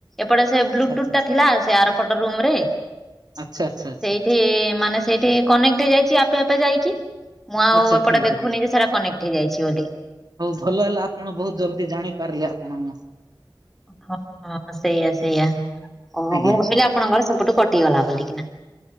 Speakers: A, in the centre; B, on the right.
A: ଏପଟେ ସେ
B: ଆଚ୍ଛା
A: ବ୍ଲୁଟୁଥଟା
B: ଆଚ୍ଛା
A: ଥିଲା। ସେ ଆରପଟ ରୁମରେ
B: ଆଚ୍ଛା ଆଚ୍ଛା ଆଚ୍ଛା।
A: ସେଇଠି ମାନେ ସେଇଠି କନେକ୍ଟ ହେଇଯାଇଚି ଆପେ ଆପେ ଯାଇକି। ମୁଁ ଆଉ
B: ଆଚ୍ଛା
A: ଏପଟେ
B: ଠିକ
A: ଦେଖୁନି ଯେ ସେଇଟା କନେକ୍ଟ ହେଇଯାଇଛି ବୋଲି।
B: ହୋଉ ଭଲ ହେଲା ଆପଣ ବୋହୁତ ଜଲଦି ଜାଣିପାରିଲେ ଆପଣ।
A: ହଁ ସେଇଆ ସେଇଆ ଓ
B: ଆଜ୍ଞା।
A: ମୁଁ ଭାବିଲି ଆପଣଙ୍କର ସବୁଠୁ କଟିଗଲା ବୋଲିକିନା।